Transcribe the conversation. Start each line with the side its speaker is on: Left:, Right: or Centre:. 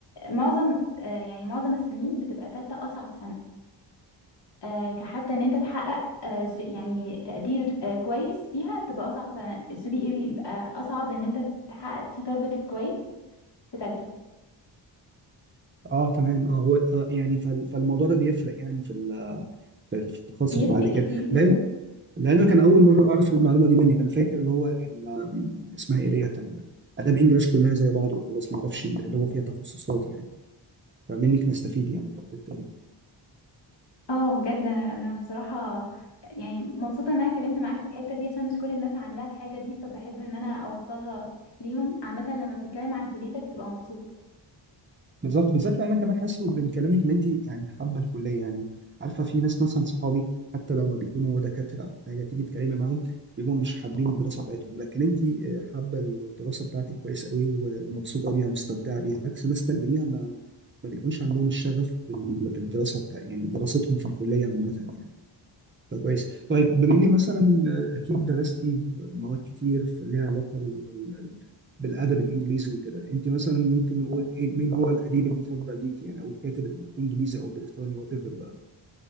Left: معظم آه، يعني معظم السنين بتبقى ثالثة اصعب سنة آه، كحتى ان انت تحقق آه، ز- يعني تقدير آه، كويس فيها بتبقى اصعب سنه الجي بي اي بيبقى اصعب ان انت تحقق فيه تارجت كويس في تالتة
Right: اه تمام اه هو آه يعني فال- فالموضوع ده بيفرق يعني في ال- في التخصص
Left: بيفرق
Right: بعد كده
Left: كتير
Right: لان لان كان اول مره اعرف المعلومه دي منك انا فاكر اللي هو ال- اسمها ايه ديت ال- اداب انجلش كلها زي بعض وخلاص ما اعرفش اللي هو فيها تخصصات يعني فمنك نستفيد يعني في الحته دي
Left: اه بجد انا أنا بصراحه يعني مبسوطه ان انا اتكلمت معاك في الحته دي عشان مش كل الناس عندها الحاجه دي فبحب ان انا اوصلها ليهم عامه لما بتتكلم عن كليتك بتبقى مبسوط
Right: بالظبط بالذات لان انا كمان حاسس من كلامك ان انت يعني حابه الكليه يعني عارفه في ناس مثلا صحابي حتى لو ما بيكونوا دكاتره او حاجه تيجي تكلمي معاهم بيبقوا مش حابين الدراسه بتاعتهم لكن انت آه، حابه الدراسه بتاعتك كويس قوي ومبسوطه بيها مستمتعه بيها عكس ناس تانيين ما ما بيكونش عندهم الشغف بال- بالدراسه بتاع يعني دراستهم في الكليه عامه يعني فكويس طيب بما اني مثلا اكيد درستي مواد كتير ف- ليها علاقه بال... بال- بالادب الانجليزي وكده انت مثلا ممكن نقول ايه مين هو الاديب المفضل ليكي يعني او الكاتب الانجليزي او البريطاني وات ايفر بقى